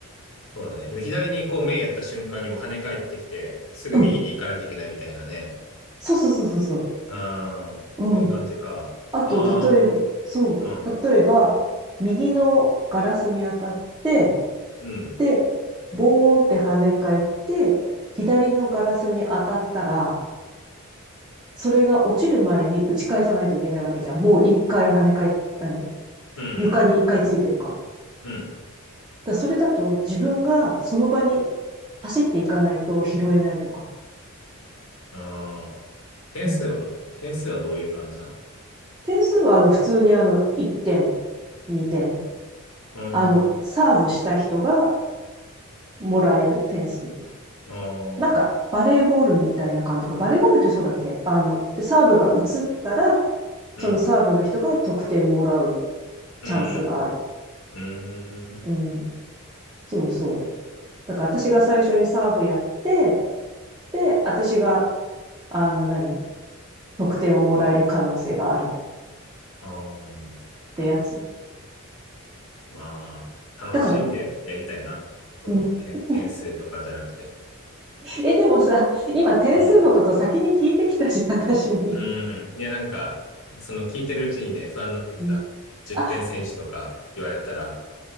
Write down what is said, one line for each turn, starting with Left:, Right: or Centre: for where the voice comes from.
Left: そうだね。左にこう目やった瞬間にもう跳ね返ってきて、すぐ右に行かなきゃいけないみたいなね。
Right: うん。そうそうそうそうそ
Left: ああ。
Right: う。
Left: そういう感じか。
Right: うん。あと、
Left: あ
Right: 例えば、そう。
Left: あ。うん。
Right: 例えば、右のガラスに当たって、
Left: うん。
Right: で、ボーンって跳ね返って、左のガラスに当たったら、それが落ちる前に打ち返さないといけないわけじゃん。もう一回跳ね返ったり
Left: うんうん。
Right: 床に一回ついてるから。だか
Left: うん。
Right: らそれだと自分がその場に走っていかないと拾えないとか。
Left: ああ。点数は点数はどういう感じなの
Right: うん。点数はあの普通にあの1点、2点。
Left: うーん。
Right: あの、サーブした人がもらえる点数。
Left: ああ。
Right: なんかバレーボールみたいな感じか。バレーボールってそうだっけあの、で、サーブが移ったら、
Left: うん。
Right: そのサーブの人が得点もらう
Left: うん
Right: チャンスがある。
Left: うん。うーん。
Right: うん。そうそう。だから私が最初にサーブやって、で、私が、あの何、得点をもらえる可能性がある
Left: あー
Right: ってやつ。
Left: まあ、楽しんでやりたいな。
Right: だから、
Left: その、
Right: うん。
Left: 点、
Right: <laughs>
Left: 点数とかじゃなくて。
Right: え、でもさ、今点数のこと先に聞いてきたし、
Left: うん。
Right: <laughs> 私に。
Left: うん。いや、なんか、その聞いてるうちにね、不安になってきた。
Right: うん。
Left: 10点選手とか言われたら、
Right: あ、